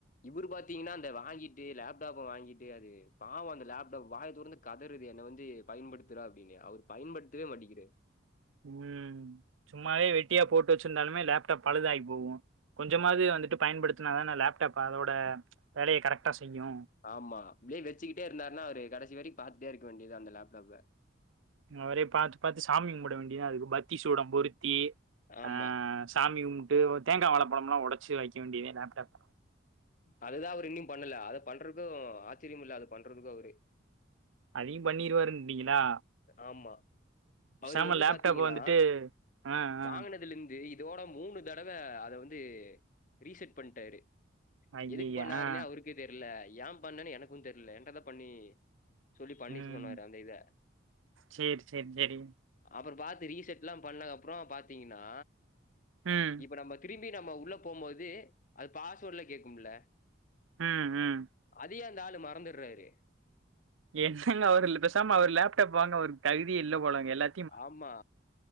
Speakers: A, on the left (about 40°); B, on the right (about 80°).
A: இவரு பாத்தீங்கன்னா இந்த வாங்கிட்டு லேப்டாப்ப வாங்கிட்டு அது பாவம் அந்த லேப்டாப் வாய தொறந்து கதருது என்னை வந்து பயன்படுத்துறா அப்டின்னு அவரு பயன்படுத்தவே மட்டோங்கிறாரு
B: ம் சும்மாவே வெட்டியா போட்டு வச்சிருந்தாலுமே லேப் டாப் பழுதாகி போகும் கொஞ்சமாது வந்துட்டு பயன்படுத்தினா தான லேப்டாப் அதோட இப்ப வேலைய கரெக்டா செய்யும்
A: ஆமா இதே வச்சிக்கிட்டே இருந்தார்னா அவரு கடைசி வரைக்கும் பாத்துட்டே இருக்க வேண்டியதா அந்த லேப்டாப்பா
B: அவரே பாத்து பாத்து சாமி கும்பட வேண்டியதா அதுக்கு பத்தி சூடம் பொருத்தி
A: ஆமா
B: ஆ சாமி கும்ப்ட்டு தேங்கா வாழப்பழம்லா உடைச்சு வைக்க வேண்டியதுதே லேப்டாப்
A: அதுதா அவரு இன்னு பண்ணல அத பண்றதுக்கு ஆச்சரியம் இல்ல அது பண்றதுக்கு அவரு
B: அதயு பண்ணிருவாருன்ட்டீங்களா
A: ஆமா
B: பேசாம
A: அவரு வந்து
B: லேப்டாப்ப
A: பாத்தீங்கன்னா
B: வந்துட்டு ஆ ஆ
A: வாங்கனதுல இருந்து இத் இதோட மூணு தடவை அத வந்து ரீசெட் பண்ணிட்டாரு
B: ஐய்யய்ய
A: எதுக்கு பண்ணாருன்னே
B: ஆ
A: அவருக்கே தெரியல ஏ பண்ணன்னு எனக்கு தெரியல என்ட தா பண்ணி சொல்லி பண்ணி
B: ம்
A: சொன்னரு அந்த இத
B: சேரி சேரி சேரி
A: அப்புற பாத்து ரீசெட் எல்லா பண்ணதுக்கு அப்புறோ பாத்தீங்கன்னா
B: ம்
A: இப்ப நம்ம திரும்பி நம்ம உள்ள போம்போது அது பாஸ்வேர்ட்ல கேக்குமில்ல
B: ம் ம்
A: அதையே அந்த ஆள் மறந்துறாரு
B: என்னங்க அவர் பேசமா அவர் லேப்டாப் வாங்க ஒரு தகுதியே இல்ல போலாங்க எல்லா
A: ஆமா